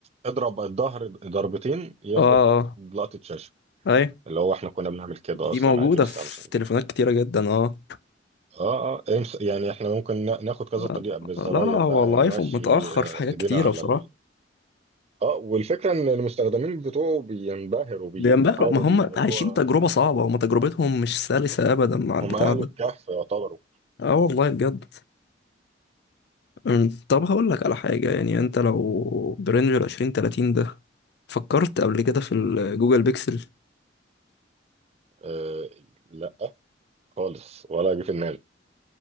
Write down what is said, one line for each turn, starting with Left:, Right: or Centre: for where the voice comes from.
Right: اضرب الظهر ضربتين ياخد
Left: اه اه
Right: لقطه شاشه
Left: ايوه
Right: اللي هو احنا كنا بنعمل كده
Left: دي
Right: اصلا
Left: موجودة
Right: عادي بالسامسونج
Left: في
Right: يا
Left: تليفونات
Right: جماعه
Left: كتيرة جدا اه
Right: اه اه امس يعني احنا ممكن نا- ناخد كذا
Left: آه،
Right: طريقه بالزراير
Left: لا لا هو
Right: بقى
Left: الايفون
Right: نمشي
Left: متأخر
Right: آه،
Left: في حاجات
Right: ايدينا
Left: كتيرة
Right: على
Left: بصراحة
Right: ال... اه والفكره ان المستخدمين بتوعه بينبهروا بي...
Left: بينبهروا
Right: بالحاجه
Left: ما هم
Right: دي اللي
Left: عايشين
Right: هو
Left: تجربة صعبة هم تجربتهم مش سلسة أبدا مع البتاع
Right: هم اهل
Left: ده
Right: الكهف يعتبروا
Left: اه والله بجد أمم، طب هقول لك على حاجة يعني انت لو برينج العشرين تلاتين ده فكرت قبل كده في الجوجل بيكسل
Right: أه لا خالص ولا جه في دماغي